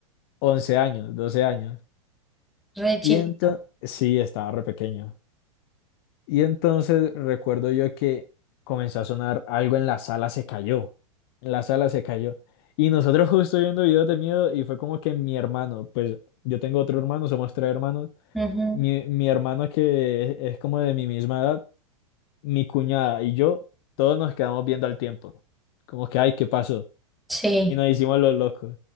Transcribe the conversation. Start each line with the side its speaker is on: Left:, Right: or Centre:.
Left: 11 años, 12 años.
Centre: Re chiquito.
Left: Y entonces, sí, estaba re pequeño. Y entonces recuerdo yo que comenzó a sonar algo en la sala, se cayó. En la sala se cayó. Y nosotros justo viendo videos de miedo y fue como que mi hermano, pues yo tengo otro hermano, somos tres hermanos.
Centre: Ujú.
Left: Mi, mi hermano que es, es como de mi misma edad, mi cuñada y yo, todos nos quedamos viendo al tiempo. Como que, ay, ¿qué pasó?
Centre: Sí.
Left: Y nos hicimos los locos.